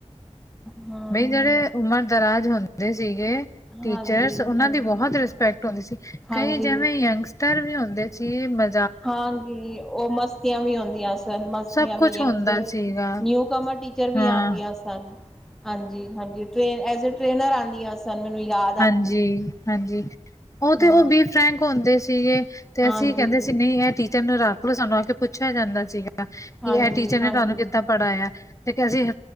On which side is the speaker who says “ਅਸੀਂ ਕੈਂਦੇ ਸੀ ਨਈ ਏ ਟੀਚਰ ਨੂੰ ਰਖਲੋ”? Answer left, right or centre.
Left